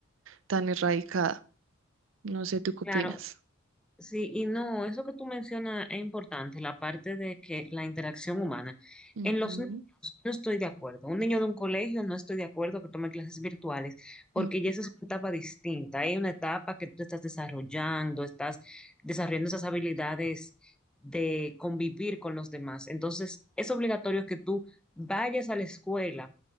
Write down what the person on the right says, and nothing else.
tan erradicada. No sé, ¿tú qué
opinas?
Ujú,
ujú,